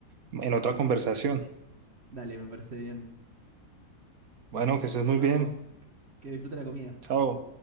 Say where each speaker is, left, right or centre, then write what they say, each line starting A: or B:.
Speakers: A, on the right (about 65°); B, on the right (about 45°).
A: en otra conversación.
B: Dale, me parece bien.
A: Bueno, que estés
B: Nos
A: muy bien.
B: vemos. Que que disfrute la comida.
A: Chao.